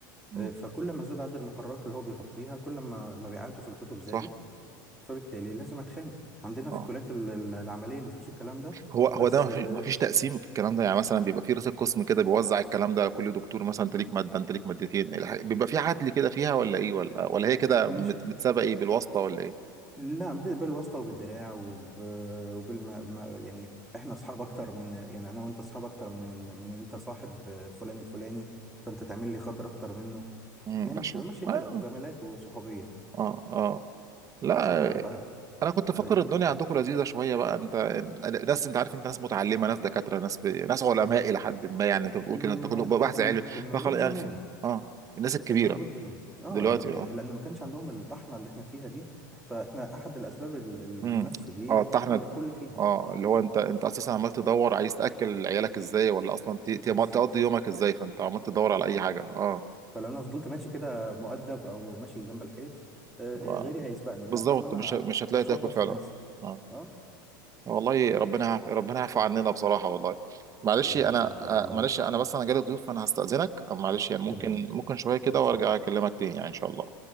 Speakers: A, on the right (about 30°); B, in the centre.
A: مم.
B: آه، فكل ما زاد عدد المقررات اللي هو بيغطيها كل ما مبيعاته في الكتب زادت
A: صح
B: فبالتالي لازم اتخانق عندنا في
A: اه
B: الكليات ال- ال- العملية مفيش الكلام ده
A: هو هو
B: بس
A: ده ما
B: آه،
A: فيش ما فيش تقسيم في الكلام ده يعني مثلا بيبقى في رئيس القسم كده بيوزع الكلام ده على كل دكتور مثلا انت ليك ماده انت ليك مادتين الح- بيبقى في عدل كده فيها ولا ايه ولا ولا هي كده
B: مش
A: مت- متسابقه ايه بالواسطه ولا ايه
B: لا ب- بالواسطة وبالدراع وب... وبالما ما- يعني احنا اصحاب اكتر من يعني انا وانت اصحاب اكتر من إن- من إن انت صاحب فلان الفلاني فانت تعمل لي خاطر اكتر منه
A: امم
B: يعني
A: عشان
B: بتبقى ماشية كده
A: اه
B: مجاملات وصحوبية
A: اه اه لا
B: ف... ف...
A: انا كنت فاكر
B: ف يعني
A: الدنيا عندكم لذيذه شويه بقى انت ناس انت عارف انت ناس متعلمه ناس دكاتره ناس ب... ناس علماء الى حد ما يعني انت بتقول
B: ما...
A: كده انت كله بحث
B: ك... كان
A: علمي
B: كان موجود
A: فخلاص
B: زمان
A: يعني في... اه الناس الكبيره
B: كان موجود زمان اه
A: دلوقتي
B: يعني
A: آه.
B: لان ما كانش عندهم الطحنة اللي احنا فيها دي فاحنا احد الاسباب ال- المنافسة
A: امم
B: دي
A: اه
B: الطحنة
A: الطحنه
B: اللي الكل فيها
A: اه اللي هو انت انت اساسا عمال تدور عايز تاكل عيالك ازاي ولا اصلا ت- ت-
B: بالظبط
A: تقضي يومك ازاي فانت عمال تدور
B: اه
A: على اي حاجه اه
B: فلو انا فضلت ماشي كده مؤدب او ماشي جنب الحيط آه،
A: آه،
B: آه، غيري هيسبقني
A: بالظبط
B: لا طب ما انا
A: مش ه- مش هتلاقي
B: اخبط
A: تاكل
B: في
A: فعلا
B: الناس
A: اه
B: اه
A: والله ربنا
B: بس
A: يعف- ربنا يعفو عننا بصراحه والله معلش
B: يا
A: انا
B: رب ان شاء
A: آه،
B: الله
A: معلش انا بس انا جالي ضيوف فانا هستاذنك معلش يعني ممكن
B: تمام
A: ممكن شويه كده
B: اتفضل
A: وارجع اكلمك تاني يعني ان شاء الله